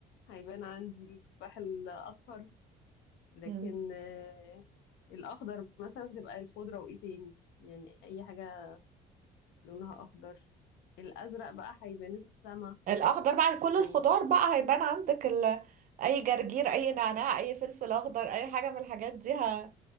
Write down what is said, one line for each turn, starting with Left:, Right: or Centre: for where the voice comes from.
Left: هيبان عندي التفاح الاصفر لكن
Right: مم.
Left: آه، الاخضر مثلا هتبقى الخضره وايه تاني يعني اي حاجه لونها اخضر الازرق بقى هيبان السما
Right: الاخضر بقى كل
Left: هيب...
Right: الخضار بقى هيبان عندك ال... اي جرجير اي نعناع اي فلفل اخضر اي حاجه من الحاجات دي ه...